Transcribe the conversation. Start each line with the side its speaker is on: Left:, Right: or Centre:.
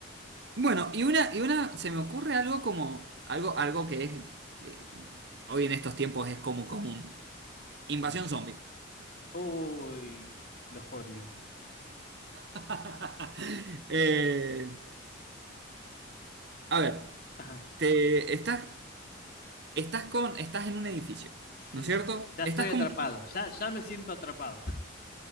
Right: Bueno, y una, y una, se me ocurre algo como, algo, algo que es, eh, hoy en estos tiempos es como común. Invasión
Left: A ver.
Right: zombie.
Left: Uy, los odio.
Right: <laughs> Eh, A ver,
Left: Ajá,
Right: te estás, estás con, estás en un edificio,
Left: sí.
Right: ¿no es cierto?
Left: Ya
Right: Estás
Left: estoy atrapado,
Right: con,
Left: ya, ya me siento atrapado.